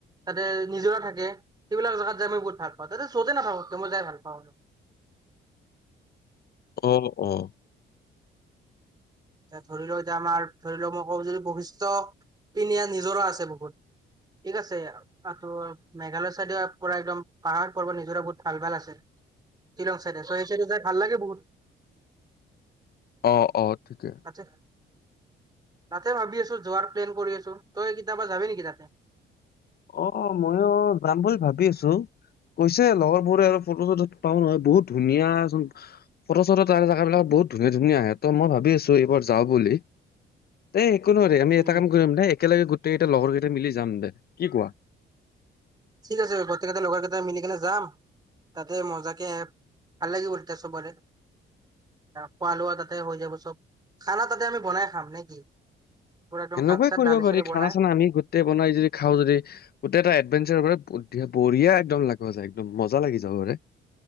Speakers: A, on the right; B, on the left.
A: তাতে নিজৰা থাকে সেইবিলাক জেগাত যাই মই বহুত ভাল পাওঁ তাতে য'তে নাথাকক মই যাই ভাল পাওঁ ।
B: অ অ।
A: এতিয়া ধৰি লও এতিয়া আমাৰ ধৰি লও মই কওঁ যদি বৈশিষ্টয পনীয়া নিজৰা আছে বহুত ঠিক আছে আৰু মেঘালয় চাইডে পৰা একদম পাহাৰ চাহাৰ নিজৰা বহুত ভাল ভাল আছে শ্বিলং চাইডে চ সেই চাইডে যাই ভাল লাগে বহুত।
B: অ অ। ঠিকে
A: তাতে তাতে ভাবি আছো যোৱাৰ প্লেন কৰি আছো তই কিতাবা যাবি নেকি তাতে।
B: অ ময়ো যাম বুলি ভাবি আছো, কৈছে লগৰবোৰে আৰু ফটো চটু পাও নহয় বহুত ধুনীয়া চোন ফটো চট তাৰ জেগ বিলাক বহুত ধুনীয়া ধুনীয়া আহে ত মই ভাবি আছো এইবাৰ যাও বুলি। দেই একো নোৱাৰি আমি
A: উম
B: এটা কাম কৰিম দে একেলগে গোটেই কেইটটা লগৰ কেইটা মিলি যাম দে। কোৱা?
A: ঠিক আছে গৰ্তকেইটা লগৰ কেইট মিলি কেনে যাম। খাম তাতে মজাকে ভাল লাগিবল তেতিয়া সবৰে খোৱা লোৱা তাতে হৈ যাব চব খানা তাতে আমি বনাই খাম নে কি? পুৰা একদম
B: সেনেকুৱাই
A: ভাত চাত
B: কৰিব
A: দালি
B: পাৰি
A: চালি
B: খানা
A: বনাই
B: চানা আমি গোটেই বনাই যদি খাওঁ যদি গোটেই এটা এডভেঞ্চাৰ। এতিয়া বঢ়িয়া একদম লাগব যায় একদম মজা লাগি যাবৰে।